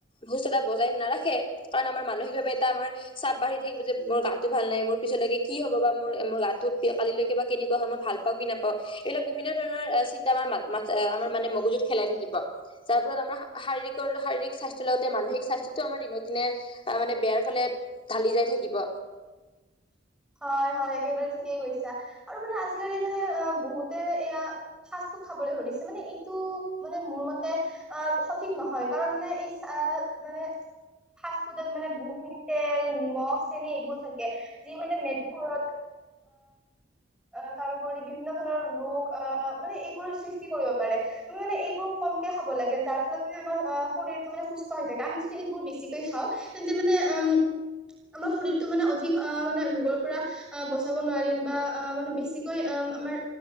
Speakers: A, on the left; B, in the centre.
A: -সুস্থতা বজাই নাৰাখে কাৰণ আমাৰ মানসিকভাৱে এটা আমাৰ চাপ বাঢ়ি থাকিব যে মোৰ গাতো ভাল নাই মোৰ পিছলৈকে কি হ'ব বা মোৰ মোৰ গাটো কালিলৈকে বা কেনেকুৱা হয় মই ভাল পাওঁ কি নাপাও এইবিলাক বিভিন্ন ধৰণৰ চিন্তা আমাৰ মাত -মাথে আমাৰ মানে মগজুত খেলাই থাকিব যাৰ ফলত আমাৰ শাৰীৰিক শাৰীৰিক স্বাস্থ্যৰ লগতে মানসিক স্বাস্থ্যটো আমাৰ দিনক দিনে মানে বেয়াৰ ফালে ঢালি যাই থাকিব।
B: <inaudible> হয় -হয় একেবাৰে ঠিকেই কৈছা আৰু মানে আজিকালি মানে অহ বহুতে এয়া খাবলৈ ধৰিছে মানে এইটো মানে মোৰ মতে আ সঠিক নহয় কাৰণ মানে এই মানে ফাষ্ট ফুডত মানে বহুখিনি তেল, নিমখ, চেনি এইবোৰ থাকে <unintelligible> অ', তাৰউপৰি বিভিন্ন ধৰণৰ ৰোগ আহ মানে এইবোৰ সৃষ্টি কৰিব পাৰে মই মানে এইবোৰ কমকে খাব লাগে যাৰ ফলত মানে অহ শৰীৰটো মানে সুস্থ হৈ থাকে। আমি যদি এইবোৰ বেছিকে খাওঁ তেন্তে মানে উম, আমাৰ শৰীৰটো মানে অধিক অ', মানে ৰোগৰ পৰা আ' বচাব নোৱাৰিম বা আ', মানে বেছিকৈ আমাৰ